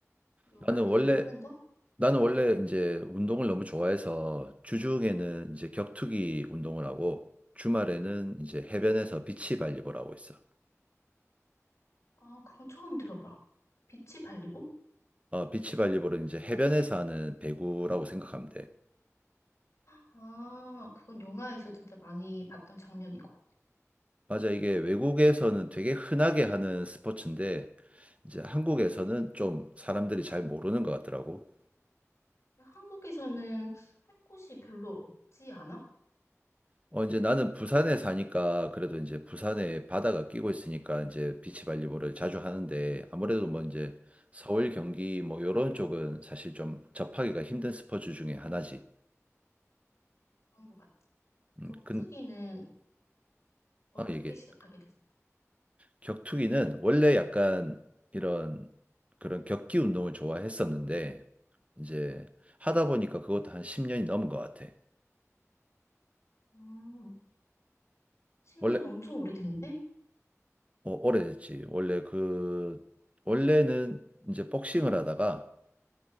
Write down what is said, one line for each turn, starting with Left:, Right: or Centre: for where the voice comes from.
Left: 요가
Right: 나는
Left: 생활에
Right: 원래
Left: 하는 거?
Right: 나는 원래 이제 운동을 너무 좋아해서 주중에는 이제 격투기 운동을 하고 주말에는 이제 해변에서 비치 발리볼 하고 있어.
Left: 아, 그건 처음 들어봐. 비치 발리보?
Right: 어, 비치 발리볼은 이제 해변에서 하는 배구라고 생각하면 돼.
Left: 아, 그건 영화에서 진짜 많이 봤던 장면이고.
Right: 맞아, 이게 외국에서는 되게 흔하게 하는 스포츠인데 이제 한국에서는 좀 사람들이 잘 모르는 것 같더라고.
Left: 근데 한국에서는 할 곳이 별로 없지 않아?
Right: 어, 이제 나는 부산에 사니까 그래도 이제 부산에 바다가 끼고 있으니까 이제 비치발리볼을 자주 하는데 아무래도 뭐 이제 서울, 경기 뭐 요런 쪽은 사실 좀 접하기가 힘든 스포츠 중에 하나지.
Left: 그런 것 같아.
Right: 음,
Left: 격투기는
Right: 근,
Left: 어떻게
Right: 아, 이게
Left: 시작하게 됐어?
Right: 격투기는 원래 약간 이런 그런 격기 운동을 좋아했었는데 이제 하다 보니까 그것도 한 10년이 넘은 것 같아.
Left: 음, 10년
Right: 원래,
Left: 엄청 오래됐네?
Right: 어, 오래됐지. 원래 그, 원래는 이제 복싱을 하다가